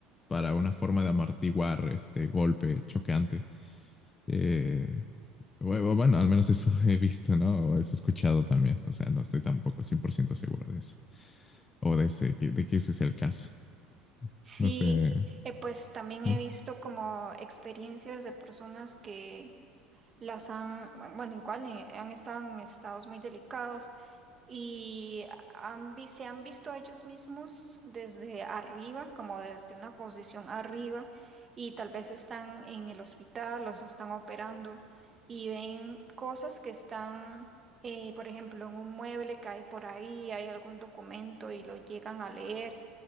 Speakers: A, on the left; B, on the right.
A: Para una forma de amortiguar este golpe choqueante. Eh, bueno, bueno, al menos eso <laughs> he visto, ¿no? O eso he escuchado también. O sea, no estoy tampoco 100% seguro de eso. O de, ese, de que ese es el caso.
B: Sí,
A: No sé,
B: eh, pues también
A: ¿no?
B: he visto como experiencias de personas que las han, bueno, igual eh, han estado en estados muy delicados y han vi- se han visto a ellos mismos desde arriba, como desde una posición arriba, y tal vez están en el hospital, los están operando y ven cosas que están, eh, por ejemplo, en un mueble cae por ahí, hay algún documento y lo llegan a leer,